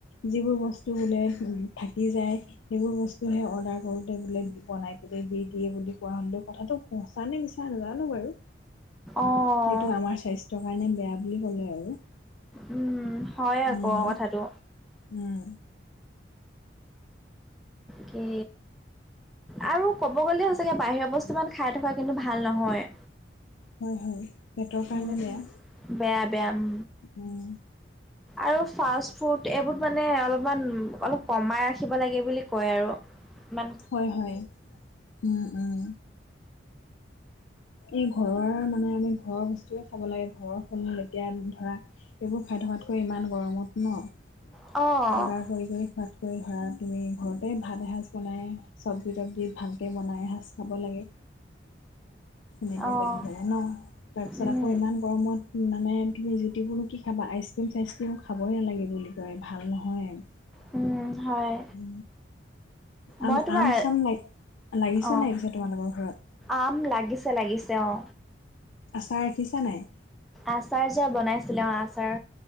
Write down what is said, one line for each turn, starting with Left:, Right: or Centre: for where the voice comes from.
Left: যিবোৰ বস্তু বোলে থাকি যায় সেইবোৰ বস্তুহে অৰ্ডাৰ কৰোঁতে বোলে বনাই পেলাই দি দিয়ে বুলি কোৱা হ'ল দেও, কথাটো সঁচানে মিছা নাজানো বাৰু।
Centre: অঁ
Left: যিটো আমাৰ স্বাস্থ্যৰ কাৰণে বেয়া বুলি ক'লে আৰু।
Centre: উম, হয় আকৌ
Left: উম
Centre: কথাটো।
Left: উম।
Centre: কি? আৰু ক'ব গ'লে সচাকে বাহিৰৰ বস্তু মান খাই থকা কিন্তু ভাল নহয়।
Left: হয় হয়। পেটৰ কাৰণে
Centre: উম,
Left: বেয়া
Centre: বেয়া বেয়া, উম,
Left: উম
Centre: আৰু ফাষ্ট ফুড এইবোৰ মানে অলপমান অলপ কমাই ৰাখিব লাগে বুলি কয় আৰু মান
Left: হয় হয়। উম, উম। এই ঘৰৰ মানে আমি ঘৰৰ বস্তুৱে খাব লাগে, ঘৰৰ ফুল মূল এতিয়া ধৰা এইবোৰ খাই থকাতকৈ ইমান গৰমত ন'?
Centre: অ'।
Left: অৰ্ডাৰ কৰি কৰি খোৱাতকৈ ধৰা তুমি ঘৰতেই ভাত এসাঁজ বনাই চব্জি তবজিত ভালকৈ বনাই এসাঁজ খাব লাগে। সেনেকে
Centre: অ',
Left: পেট ভৰে ন'? তাৰ পিছত
Centre: উম,
Left: আকৌ ইমান গৰমত মানে তুমি জুতিবোৰনো কি খাবা, আইচক্ৰীম চাইচক্ৰীমো খাবই নালাগে বুলি কয় ভাল নহয়ে।
Centre: উম, হয়।
Left: উ, আম
Centre: মই তোমাৰ
Left: আম চাম লাগ লাগিছে
Centre: অ',
Left: নাই পিছে তোমালোকৰ ঘৰত?
Centre: আম লাগিছে লাগিছে অ'।
Left: আচাৰ ৰাখিছা নাই?
Centre: আচাৰ জা বনাইছিলে, অ' আচাৰ,